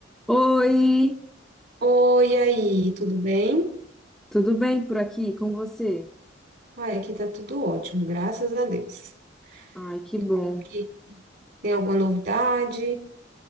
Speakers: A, in the centre; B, on the right (about 60°).
A: Oi,
B: Oi, e aí, tudo bem?
A: tudo bem por aqui com você?
B: Ai, aqui tá tudo ótimo, graças a Deus.
A: Ai, que
B: E
A: bom.
B: aqui, tem alguma novidade?